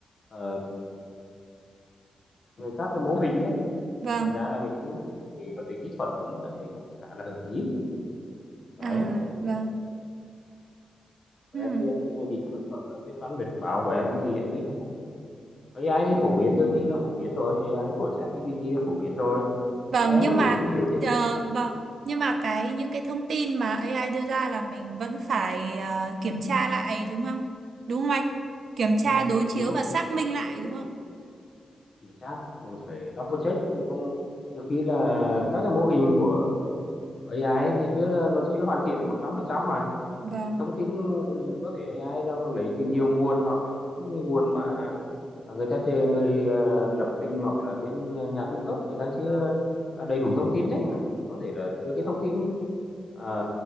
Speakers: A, on the left; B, on the right.
A: ờ, về các cái mô hình nhé
B: vâng.
A: thì thành ra là mình cũng sử dụng cái vấn đề kỹ thuật cũng anh thấy cũng khá là hợp lý đấy
B: À vâng. Ừ.
A: và em thì anh nghĩ thì thuật hoặc là viết văn viết báo của em thì anh nghĩ là cũng AI thì phổ biến đương nhiên nó phổ biến rồi AI của ChatGPT nó phổ biến rồi
B: Vâng
A: nhưng mà em
B: nhưng
A: có
B: mà
A: thể tìm hiểu thêm
B: ờ, vâng, nhưng mà cái những cái thông tin mà AI đưa ra là mình vẫn phải ờ, kiểm tra lại đúng không? Đúng không anh? Kiểm
A: Đúng
B: tra
A: rồi.
B: đối
A: mình
B: chiếu và xác minh lại
A: có
B: đúng
A: thể
B: không?
A: chính xác mình phải double check chứ không nhiều khi là các cái mô hình của của A AI thì kia nó nó chưa hoàn thiện một trăm phần trăm mà
B: Vâng.
A: thì thông tin ừ, có thể AI nó lấy từ nhiều nguồn hoặc là có những cái nguồn mà à, người ta chê- người ờ, lập trình hoặc là bên ờ, nhà cung cấp người ta chưa à, đầy đủ thông tin đấy thì có thể là đưa cái thông tin ờ,